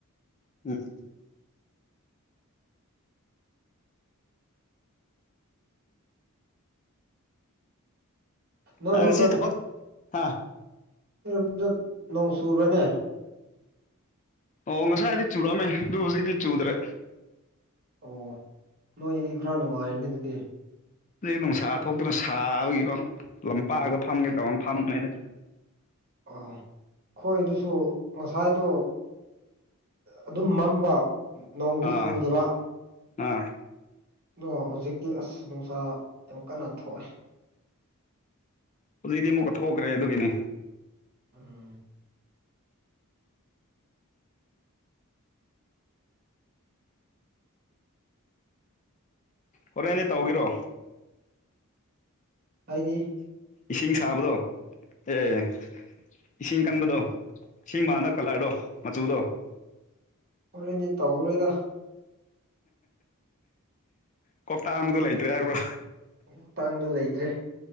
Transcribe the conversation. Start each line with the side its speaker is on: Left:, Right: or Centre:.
Left: ꯎꯝ
Right: ꯅꯣꯏꯔꯣꯝꯗ
Left: ꯅꯪꯁꯦ ꯊꯥꯕꯛ ꯍꯥꯥ
Right: ꯅꯣꯏꯔꯣꯝꯗ ꯅꯣꯡ ꯆꯨꯨꯕ꯭ꯔꯥꯅꯦ
Left: ꯑꯣ ꯉꯁꯥꯏꯗꯤ ꯆꯨꯔꯝꯃꯦ ꯑꯗꯨ ꯍꯧꯖꯤꯛꯇꯤ ꯆꯨꯗ꯭ꯔꯦ
Right: ꯑꯣ ꯅꯣꯏꯒꯤꯗꯤ ꯈꯔ ꯅꯨꯡꯉꯥꯏꯔꯅꯤ ꯑꯗꯨꯗꯤ
Left: ꯅꯨꯡꯁꯥ ꯊꯣꯛꯇꯅ ꯁꯥꯕꯒꯤꯀꯣ ꯂꯝꯄꯥꯛꯗ ꯐꯝꯒꯦ ꯇꯧꯅꯤ ꯐꯝꯕꯅꯦꯗ
Right: ꯑꯣ ꯑꯩꯈꯣꯏꯗꯨꯁꯨ ꯉꯁꯥꯏꯗꯣ ꯑꯗꯨꯝ ꯃꯝꯕ ꯅꯣꯡꯗꯤ
Left: ꯑꯥ
Right: ꯆꯨꯗꯕ
Left: ꯑꯥ
Right: ꯑꯗꯣ ꯍꯧꯖꯤꯛꯇꯤ ꯑꯁ ꯅꯨꯡꯁꯥ ꯌꯥꯝ ꯀꯟꯅ ꯊꯣꯛꯑꯦ
Left: ꯍꯧꯖꯤꯛꯇꯤ ꯑꯃꯨꯛꯀ ꯊꯣꯛꯈ꯭ꯔꯦ ꯑꯗꯨꯒꯤꯅꯦ
Right: ꯎꯝ
Left: ꯍꯣꯔꯦꯟꯗꯤ ꯇꯧꯒꯦꯔꯣ
Right: ꯍꯥꯏꯗꯤ
Left: ꯏꯁꯤꯡ ꯁꯥꯕꯗꯣ ꯑꯦ ꯏꯁꯤꯡ ꯀꯟꯕꯗꯣ ꯏꯁꯤꯡ ꯃꯥꯅ ꯀꯂꯔꯗꯣ ꯃꯆꯨꯗꯣ
Right: ꯍꯣꯔꯦꯟꯗꯤ ꯇꯧꯔꯣꯏꯗ
Left: ꯀꯣꯛꯇꯥꯡꯕꯗꯣ ꯂꯩꯇ꯭ꯔꯦ ꯍꯥꯏꯕ꯭ꯔꯣ
Right: ꯀꯣꯛꯇꯥꯡꯗꯣ ꯂꯩꯇ꯭ꯔꯦ